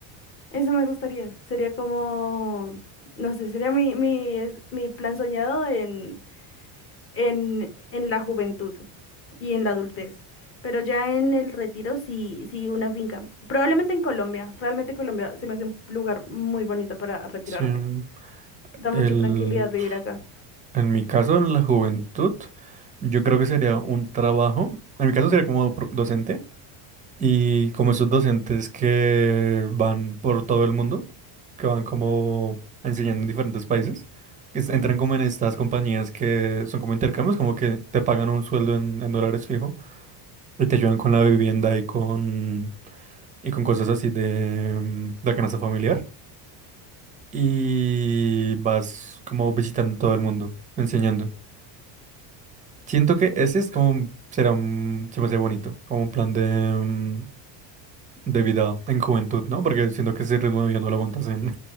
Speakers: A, on the left; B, on the right.
A: Eso me gustaría. Sería como, no sé, sería mi, mi, es- mi plan soñado en, en, en la juventud y en la adultez. Pero ya en el retiro sí, sí una finca. Probablemente en Colombia. Realmente Colombia se me hace un lugar muy bonito para retirarte.
B: Sí, mm,
A: Da mucha
B: el,
A: tranquilidad vivir acá.
B: en mi caso, en la juventud. Yo creo que sería un trabajo, en mi caso sería como pro- docente, y como esos docentes que van por todo el mundo, que van como enseñando en diferentes países, que es- entran como en estas compañías que son como intercambios, como que te pagan un sueldo en, en dólares fijo y te ayudan con la vivienda y con, y con cosas así de, mm, de la canasta familiar, y vas como visitando todo el mundo, enseñando. Siento que ese es como, un- será un, se me hace bonito, como un plan de, mm, de vida en juventud, ¿no? Porque siento que ese ritmo ya no lo aguantas en,